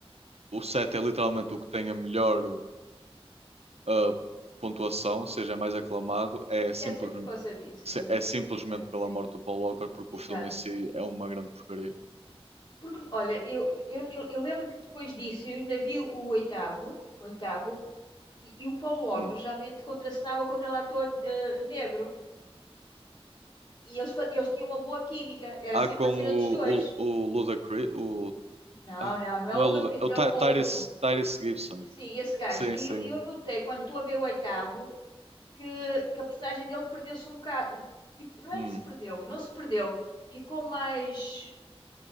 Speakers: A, on the right; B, on the left.
A: o 7 é literalmente o que tem a melhor ah, pontuação, ou seja é mais aclamado, é, simples,
B: Deve ser por causa disso,
A: se-
B: não é?
A: é simplesmente
B: De-
A: pela
B: Sim,
A: morte do Paul Walker, porque
B: exato.
A: o filme em si é uma grande porcaria.
B: Porque, olha, eu, eu, eu, eu lembro que depois disso eu ainda vi o oitavo, oitavo, e, e o Paulo Walker
A: Hum.
B: geralmente contracenava com aquele ator eh, negro. E eles, fa- eles tinham uma boa química. Era
A: Há
B: sempre
A: com
B: a cena
A: o,
B: dos dois.
A: o, o Ludacris, o,
B: Não,
A: ah,
B: não, não é
A: não
B: o
A: é
B: Ludacris,
A: Luda, é o
B: é
A: Ty-
B: o outro.
A: Tyrese, Tyrese Gibson.
B: Sim, esse gajo.
A: Sim,
B: E
A: sim.
B: eu e eu notei, quando estou a ver o oitavo, que, que a personagem dele perdeu-se um bocado. Fico- Não é
A: Hum,
B: se perdeu, não se perdeu. Ficou mais,